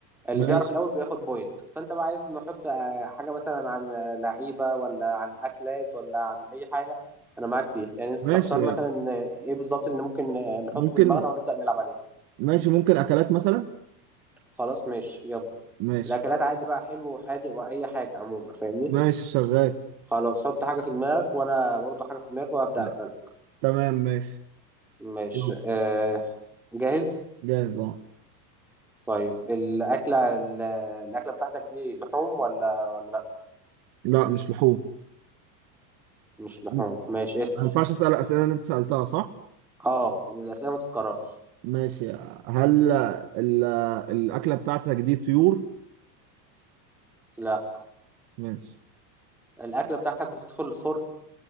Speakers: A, in the centre; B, on the right.
A: اللي
B: ماشي
A: بيعرف الأول بياخد بوينت فأنت بقى عايز نحط آه، حاجة مثلا عن آه، لعيبة ولا عن أكلات ولا عن أي حاجة أنا معاك فيها يعني أنت
B: ماشي
A: تختار
B: يعني
A: مثلا آه، إيه بالظبط اللي ممكن آه، نحطه
B: ممكن
A: في دماغنا ونبدأ نلعب عليه
B: ماشي ممكن اكلات مثلا
A: خلاص ماشي يلا
B: ماشي
A: الاكلات عادي بقى حلو وحادق واي حاجه عموما فاهمني
B: ماشي شغال
A: خلاص حط حاجه في دماغك وانا برضو حاجه في دماغي وابدا
B: لا.
A: اسالك
B: تمام ماشي
A: ماشي
B: يلا
A: آه جاهز
B: جاهز اه
A: طيب الاكله ال- الاكله بتاعتك دي لحوم ولا ولا لا
B: لا مش لحوم
A: مش لحوم
B: م.
A: ماشي اسال
B: ما ينفعش اسال الاسئله اللي انت سالتها صح
A: اه الاسئله ما تتكررش
B: ماشي هل ال... الاكله بتاعتك دي طيور
A: لا
B: ماشي
A: الاكله بتاعتك بتدخل الفرن